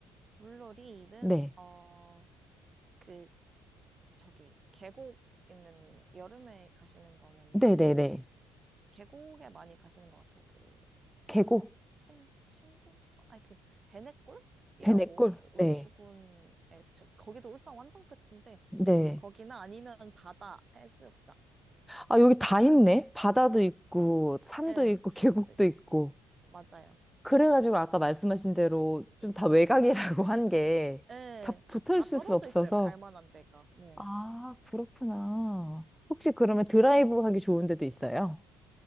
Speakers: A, on the right; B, in the centre.
A: 물놀이는,
B: 네.
A: 어, 그, 저기, 계곡 있는, 여름에 가시는 거면은,
B: 네네네.
A: 계곡에 많이 가시는 것 같아요. 그,
B: 계곡,
A: 아, 심, 심불선? 아니, 그, 배내골이라고,
B: 배내골.
A: 그 울주군에,
B: 네.
A: 저- 거기도 울산 완전 끝인데,
B: 네.
A: 거기나 아니면 바다 해수욕장
B: 아, 여기 다 있네.
A: 가는 거.
B: 바다도 있고, 산도
A: 예,
B: 있고,
A: 계곡도
B: 계곡도
A: 있고.
B: 있고.
A: 맞아요.
B: 그래가지고 아까 말씀하신 대로 좀 다 외곽이라고 한 게
A: 예,
B: 다 붙어
A: 다
B: 있을
A: 떨어져
B: 수 없어서.
A: 있어요. 갈 만한 데가. 네.
B: 아, 그렇구나. 혹시 그러면 드라이브 하기 좋은 데도 있어요?